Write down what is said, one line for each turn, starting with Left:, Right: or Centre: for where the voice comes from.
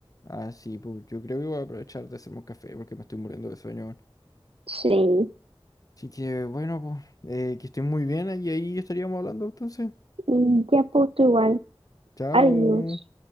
Left: Ah, sí, pues yo creo que voy a aprovechar de hacerme un café porque me estoy muriendo de sueño,
Right: Sí,
Left: Así que bueno, pues, eh, que estén muy bien y ahí estaríamos hablando entonces.
Right: Mm, ya pues tú igual.
Left: Chao.
Right: Adiós.